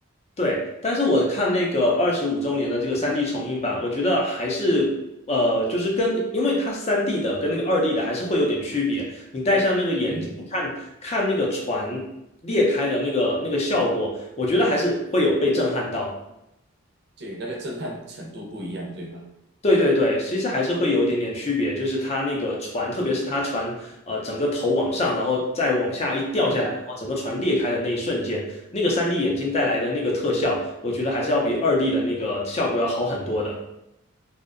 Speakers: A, on the left; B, on the right.
A: 对，但是我看那个二十五周年的这个三 d 重映版，我觉得还是呃，就是跟因为它三 d 的跟那个二 d 的还是会有点区别。你戴上那个眼镜看看那个船裂开的那个那个效果，
B: 嗯哼，
A: 我觉得还是会有被震撼到。
B: 对，那个震撼程度不一样，对吧？
A: 对对对，其实还是会有一点点区别，就是它那个船，特别是它船，呃，整个头往上，然后再往下一掉下来，
B: 嗯哼，
A: 然后整个船裂开的那一瞬间，那个三 d 眼镜带来的那个特效，我觉得还是要比二 d 的那个效果要好很多的，